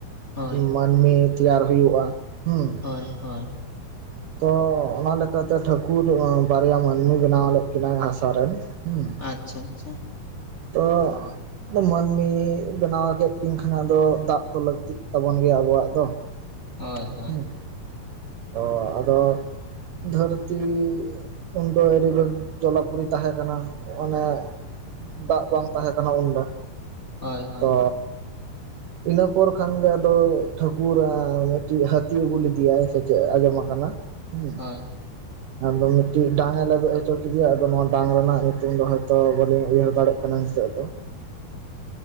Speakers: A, on the left; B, on the right.
A: ᱦᱳᱭ
B: ᱢᱟᱹᱱᱢᱤ ᱛᱮᱭᱟᱨ ᱦᱩᱭᱩᱜᱼᱟ ᱦᱩᱸ᱾
A: ᱦᱳᱭ ᱦᱳᱭ᱾
B: ᱛᱚ ᱚᱱᱟ ᱞᱮᱠᱟᱛᱮ ᱴᱷᱟᱹᱠᱩᱨ ᱵᱟᱨᱭᱟ ᱢᱟᱹᱱᱢᱤ ᱵᱮᱱᱟᱣ ᱞᱮᱫ ᱠᱤᱱᱟᱭ ᱦᱟᱸᱥᱟ ᱨᱮᱱ ᱦᱩᱸ᱾
A: ᱟᱪᱪᱷᱟ ᱟᱪᱪᱷᱟ᱾
B: ᱛᱚ ᱢᱟᱹᱱᱢᱤ ᱵᱮᱱᱟᱣ ᱠᱮᱫ ᱠᱤᱱ ᱠᱷᱟᱱ ᱟᱫᱚ ᱫᱟᱜ ᱛᱚ ᱞᱟᱹᱠᱛᱤᱜ ᱛᱟᱵᱚᱱ ᱜᱮᱭᱟ ᱟᱵᱚᱣᱟᱜ ᱫᱚ᱾
A: ᱦᱳᱭ ᱦᱳᱭ
B: ᱦᱩᱸ ᱚ ᱟᱫᱚ ᱫᱷᱟᱹᱨᱛᱤ ᱩᱱᱫᱚ <unintelligible> ᱡᱚᱞᱟᱯᱩᱨᱤ ᱛᱟᱦᱮᱸ ᱠᱟᱱᱟ ᱚᱱᱮ ᱫᱟᱜ ᱵᱟᱝ ᱛᱟᱦᱮᱸ ᱠᱟᱱᱟ ᱩᱱᱫᱚ᱾
A: ᱦᱳᱭ ᱦᱳᱭ᱾
B: ᱛᱚ ᱤᱱᱟᱹ ᱯᱚᱨ ᱠᱷᱟᱱᱜᱮ ᱟᱫᱚ ᱴᱷᱟᱹᱠᱩᱨ ᱟ ᱢᱤᱫᱴᱮᱱ ᱦᱟᱹᱛᱤ ᱟᱹᱜᱩ ᱞᱮᱫᱮᱭᱟᱭ ᱥᱮᱪᱮᱫ ᱮ ᱟᱸᱡᱚᱢ ᱟᱠᱟᱱᱟ᱾ <unintelligible>
A: ᱦᱳᱭ
B: ᱟᱫᱚ ᱢᱤᱫᱴᱤᱡ ᱰᱟᱝ ᱮ ᱞᱮᱵᱮᱫ ᱦᱚᱪᱚ ᱠᱮᱫᱮᱭᱟ ᱟᱫᱚ ᱱᱚᱣᱟ ᱰᱟᱝ ᱨᱮᱱᱟᱜ ᱧᱩᱛᱩᱢ ᱫᱚ ᱦᱚᱭᱛᱚ ᱵᱟᱹᱞᱤᱧ ᱩᱭᱦᱟᱹᱨ ᱫᱟᱲᱮᱭᱟᱜ ᱠᱟᱱᱟ ᱱᱤᱛᱚᱜ ᱫᱚ